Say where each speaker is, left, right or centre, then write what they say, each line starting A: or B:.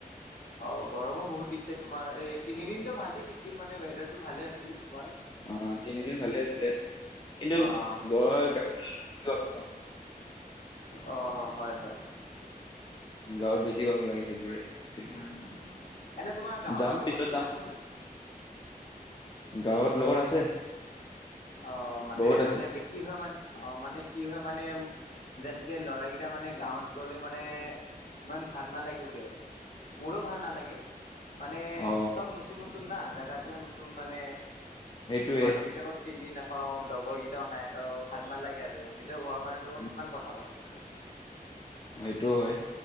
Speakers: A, on the left; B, on the left.
A: অ গৰমো বহুত দিছে তোমাৰ এই তিনিদিনো ভালে দিছিল মানে ৱেডাৰটো ভালে আছিল। তোমাৰ।
B: অ তিনিদিন ভালে আছিলে কিন্তু
A: অ',
B: ঘৰৰ <unintelligible>
A: অ হয় হয়।
B: গাঁৱত বেছি গৰম লাগে সেইবোৰে। সেইটোৱে
A: উম এনে তোমাৰ গাঁৱত
B: যাম
A: লগৰ
B: পিছত
A: কেইটা
B: যাম
A: আছে নে?
B: গাঁৱত লগৰ আছে।
A: অ মানে
B: বহুত আছে
A: মানে কি হয় মানে অ মানে কি হয় মানে যেনেকে লৰা কেইটা মানে গাঁৱত গলে মানে ইমান ভাল নালাগে বোলে। মোৰো ভাল নালাগে মানে
B: অ
A: চব নতুন নতুন না জোগাটোও নতুন মানে
B: সেইটোৱে
A: মানুহ কেইটাকো চিনি নাপাওঁ লগৰ কেইটাও নাই ত ভাল নালাগে আৰু। নিজৰ ঘৰৰ মানুহৰ লগত
B: উম,
A: কিমান কথা পাতিম আৰু।
B: সেইটোও হয়।